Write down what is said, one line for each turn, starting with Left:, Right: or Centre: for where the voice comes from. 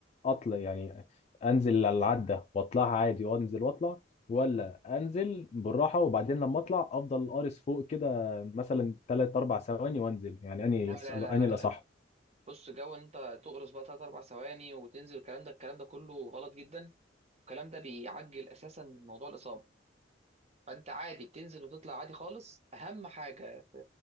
Left: اطلع يعني انزل على العدة واطلعها عادي وانزل واطلع ولا انزل بالراحة وبعدين لما اطلع افضل قارس فوق كده مثلا 3 4 ثواني وانزل يعني اني
Right: لا لا لا
Left: اني
Right: لا
Left: الاصح
Right: لا بص جو ان انت تقرص بقى 3 4 ثواني وتنزل الكلام ده الكلام ده كله غلط جدا الكلام ده بيعجل اساسا من موضوع الاصابه فانت عادي بتنزل وتطلع عادي خالص اهم حاجه في